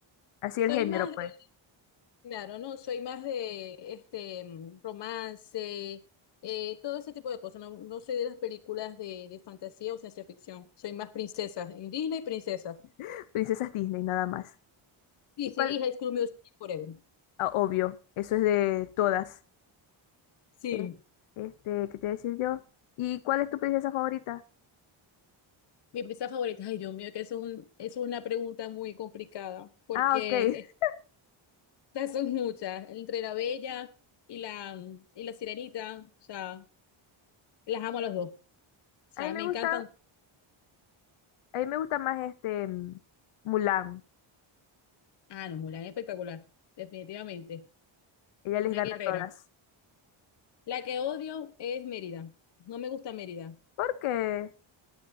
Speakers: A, on the left; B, on the left.
A: Así
B: Soy
A: el género,
B: más de,
A: pues.
B: claro, no, soy más de este mm, romance, eh, todo ese tipo de cosas, no, no soy de las películas de, de fantasía o ciencia ficción, soy más princesas, en Disney princesas.
A: <laughs> Princesas Disney, nada más.
B: Sí,
A: ¿Y cuál?
B: sí, y High School Musical Forever.
A: Ah, obvio, eso es de todas.
B: Sí.
A: Eh, Este, ¿qué te voy a decir yo? ¿Y cuál es tu princesa favorita?
B: Mi prisa favorita, ay Dios mío, que es un, es una pregunta muy complicada, porque
A: Ah, ok. <laughs>
B: estas son muchas, entre la Bella y la, y la Sirenita, o sea, las amo a las dos, o sea,
A: A mí me
B: me
A: gusta,
B: encantan.
A: a mí me gusta más este mm, Mulan.
B: Ah, no, Mulan es espectacular, definitivamente,
A: Ella les
B: una
A: gana
B: guerrera.
A: a todas.
B: La que odio es Mérida, no me gusta Mérida,
A: ¿Por qué?